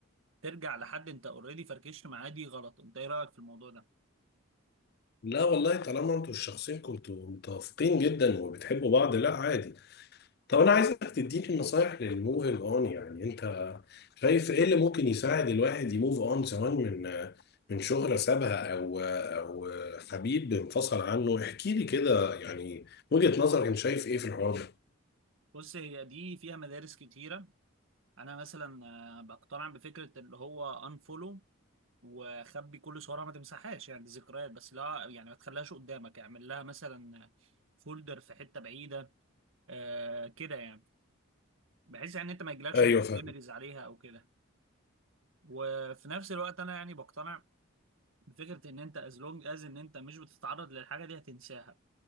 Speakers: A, on the right (about 70°); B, on the left (about 50°).
A: ترجع لحد انت اوريدي فركشت معاه دي غلط انت ايه رأيك في الموضوع ده
B: لا والله طالما انتوا الشخصين كنتوا متوافقين جدا وبتحبوا بعض لا عادي طب انا عايزك تديني نصايح للموفينج اون يعني انت شايف ايه اللي ممكن يساعد الواحد يموف اون سواء من من شغلة سابها او او حبيب انفصل عنه احكي لي كده يعني وجهة نظرك انت شايف ايه في الحوار ده
A: بص هي دي فيها مدارس كتيرة انا مثلا آه، بقتنع بفكره اللي هو انفولو وخبي كل صورها ما تمسحهاش يعني دي ذكريات بس لا يعني ما تخليهاش قدامك اعمل لها مثلا فولدر في حته بعيده آه كده يعني بحيث يعني انت ما يجيلكش
B: ايوه
A: مثلا
B: فاهم
A: ميموريز عليها او كده وفي نفس الوقت انا يعني بقتنع بفكره ان انت از لونج از ان انت مش بتتعرض للحاجه دي هتنساها